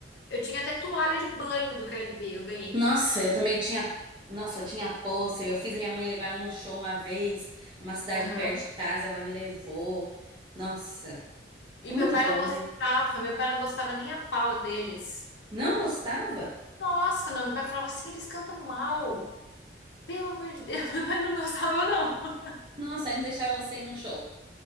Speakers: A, on the left; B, on the right.
A: Eu tinha até toalha de banho do KLB, eu ganhei.
B: Nossa, eu também tinha. Nossa, eu tinha pôster. Eu fiz minha mãe levar eu num show uma vez, numa cidade
A: Aham.
B: perto de casa, ela me levou. Nossa,
A: E
B: é muito
A: meu pai
B: bom,
A: não gostava,
B: né?
A: meu pai não gostava nem a pau deles.
B: Não gostava?
A: Nossa, não, meu pai falava assim, eles cantam mal. Pelo amor de Deus, <laughs> meu pai não gostava, não.
B: Nossa, aí não deixava você ir no show.